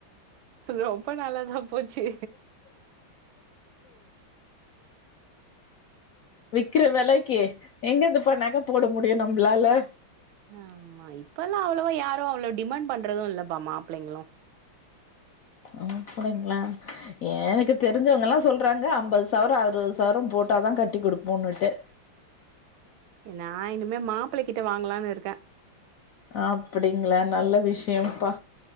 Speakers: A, on the right; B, on the left.
A: ரொம்ப நல்லதா போச்சு
B: விக்கிற வெலக்கி எங்கெந்துப்பா நக போட முடியு நம்ப்ளால
A: ஆமா இப்பெல்லா அவ்ளோவா யாரும் அவ்ளோ டிமாண்ட் பண்றதும் இல்லப்பா மாப்ளைங்களும்
B: ஒ அப்டிங்களா எனக்கு தெரிஞ்சவங்கல்லாம் சொல்றாங்க அம்பது சவரம் அறுபது சவரம் போட்டாதா கட்டி கொடுப்போம்னுட்டு
A: நா இனிமே மாப்பிள கிட்ட வாங்கலாம்னு இருக்கே
B: அப்டிங்களா நல்ல விஷய்ம்ப்பா